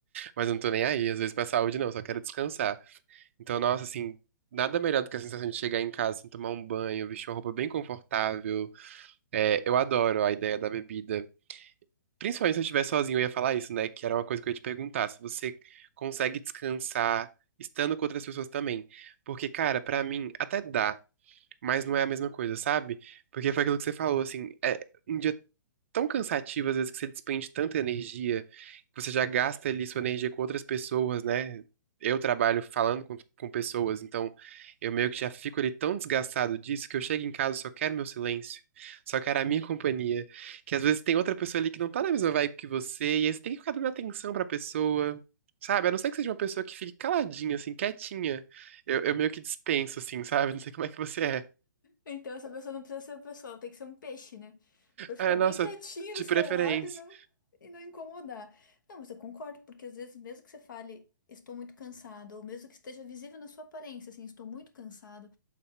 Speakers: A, on the right; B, on the left.
A: Mas eu não tô nem aí, às vezes pra saúde não, só quero descansar. Então, nossa, assim, nada melhor do que a sensação de chegar em casa, assim, tomar um banho, vestir uma roupa bem confortável. É, eu adoro a ideia da bebida. Principalmente se eu estiver sozinho, eu ia falar isso, né? Que era uma coisa que eu ia te perguntar, se você consegue descansar estando com outras pessoas também. Porque, cara, pra mim, até dá mas não é a mesma coisa, sabe? Porque foi aquilo que você falou, assim, é um dia tão cansativo, às vezes, que você despende tanta energia, que você já gasta ali sua energia com outras pessoas, né? Eu trabalho falando com, com pessoas, então eu meio que já fico ali tão desgastado disso que eu chego em casa e só quero meu silêncio, só quero a minha companhia. Que às vezes tem outra pessoa ali que não tá na mesma vibe que você, e aí você tem que ficar dando atenção pra pessoa. Sabe, a não ser que seja uma pessoa que fique caladinha, assim, quietinha, eu, eu meio que dispenso, assim, sabe? <laughs> Não sei como é que você é.
B: Então essa pessoa não precisa ser uma pessoa, ela tem que ser um peixe, né? Vai ficar
A: É, nossa,
B: bem quietinho
A: de
B: do seu
A: preferência.
B: lado e não, e não incomodar. Não, mas eu concordo, porque às vezes, mesmo que você fale, estou muito cansado, ou mesmo que esteja visível na sua aparência, assim, estou muito cansado,